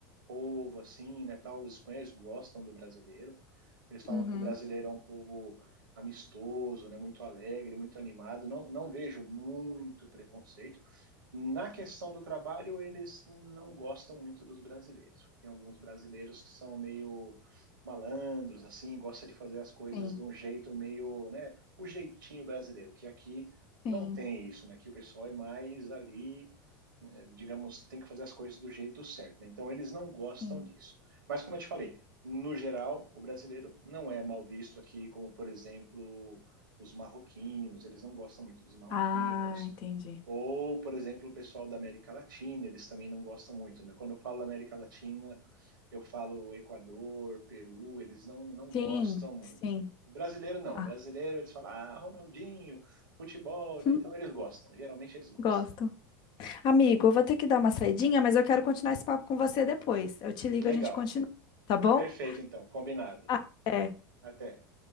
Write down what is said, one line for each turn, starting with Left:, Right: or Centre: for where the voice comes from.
Right: povo, assim, né, tal, os espanhóis gostam do brasileiro, eles falam
Left: Uhum.
Right: que o brasileiro é um povo amistoso, né, muito alegre, muito animado, não, não vejo muito preconceito, Na questão do trabalho, eles não gostam muito dos brasileiros. Tem alguns brasileiros que são meio malandros, assim, gosta de fazer as coisas
Left: Sim,
Right: de um jeito meio, né, o jeitinho brasileiro, que aqui não
Left: sim,
Right: tem isso, né? Aqui o pessoal é mais ali, né, digamos, tem que fazer as coisas do jeito certo, né? Então eles não gostam
Left: sim.
Right: disso. Mas como eu te falei, no geral, o brasileiro não é mal visto aqui, como por exemplo, os marroquinos, eles não gostam muito dos marroquinos
Left: Ah, entendi.
Right: ou, por exemplo, o pessoal da América Latina, eles também não gostam muito, né? Quando eu falo América Latina, eu falo Equador, Peru, eles não, não
Left: Sim,
Right: gostam muito.
Left: sim.
Right: O brasileiro não,
Left: Ah,
Right: o brasileiro eles falam, ah, Ronaldinho, futebol,
Left: <laughs>
Right: né? Então eles gostam, geralmente eles gostam.
Left: gosto. Amigo, eu vou ter que dar uma saidinha, mas eu quero continuar esse papo com você depois. Eu te ligo,
Right: Legal,
Left: a gente continua, tá bom?
Right: perfeito então, combinado.
Left: Ah, é.
Right: Até.